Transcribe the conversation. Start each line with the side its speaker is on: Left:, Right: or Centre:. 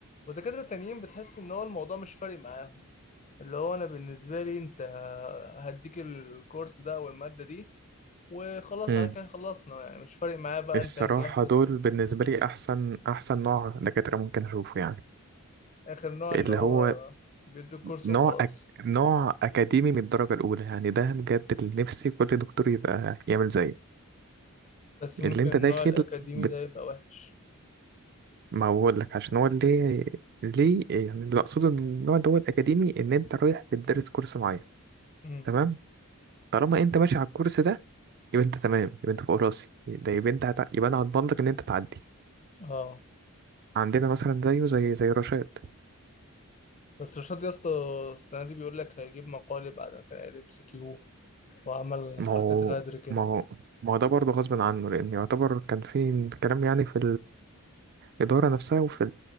Left: ودكاترة تانيين بتحس ان هو الموضوع مش فارق معاهم اللي هو انا بالنسبة لي انت هديك الكورس ده او المادة دي وخلاص
Right: امم
Left: على كده خلصنا يعني مش فارق معايا بقى
Right: الصراحة
Left: انت نجحت
Right: دول
Left: سقطت
Right: بالنسبة لي احسن احسن نوع دكاترة ممكن اشوفه يعني
Left: اخر نوع
Right: اللي
Left: اللي هو
Right: هو
Left: بيدوك كورس
Right: نوع
Left: وخلاص
Right: أك... نوع أكاديمي من الدرجة الأولى يعني ده بجد اللي نفسي كل دكتور يبقى يعمل زيه
Left: بس ممكن
Right: اللي أنت
Left: النوع
Right: داخل
Left: الاكاديمي
Right: بت...
Left: ده يبقى وحش
Right: ما بقول لك عشان هو اللي ليه يعني اللي أقصده من النوع اللي هو الأكاديمي إن أنت رايح بتدرس كورس معين
Left: مم.
Right: تمام طالما أنت ماشي على الكورس ده يبقى أنت تمام يبقى أنت فوق راسي ده يبقى أنت هتع... يبقى أنا هضمن لك إن أنت تعدي
Left: اه
Right: عندنا مثلا زيه زي زي رشاد
Left: بس رشاد يا اسطى السنة دي بيقول لك هيجيب مقالي بعد ما كان قاعد ام كيو وعمل
Right: ما
Left: حركات
Right: هو
Left: غدر كده
Right: ما هو ما هو ده برضه غصب عنه لأن يعتبر كان في كلام يعني في الإدارة نفسها وفي